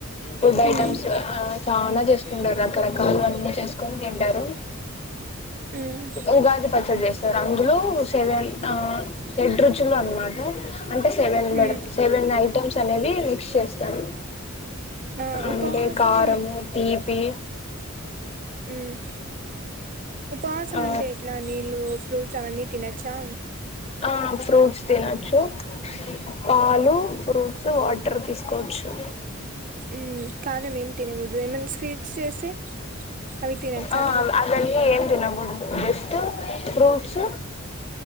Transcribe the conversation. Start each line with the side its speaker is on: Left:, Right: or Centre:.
Left: ఫుడ్
Right: మ్మ్
Left: ఐటమ్స్ ఆ చాల చేసుకుంటార్ రకరకాలుగా అన్నీ చేస్కొన్ తింటరు.
Right: మ్మ్
Left: ఉగాది పచ్చడి చేస్తరు అందులో సెవెన్ ఆ షెడ్రుచులు అన్నమాట అంటే సెవెన్
Right: మ్మ్
Left: మేడం సెవెన్ ఐటమ్స్ అనేవి మిక్స్ చేస్తారు.
Right: ఆ ఉపవాసం
Left: అంటే కారము, తీపి
Right: మ్ ఉపవాసం
Left: ఆ
Right: అంటే ఎట్లా నీళ్లు ఫ్రూట్స్ అవన్నీ తినచ్చా
Left: ఆ ఫ్రూట్స్ తినొచ్చు పాలు ఫ్రూట్స్ వాటర్ తీసుకోవచ్చు
Right: మ్ కాని మేమ్ తినకూడదు ఏమన్నా స్వీట్స్ చేస్తే అవి తినచ్చా
Left: ఆ అవన్నీ ఏం తినకూడదు జస్ట్ ఫ్రూట్స్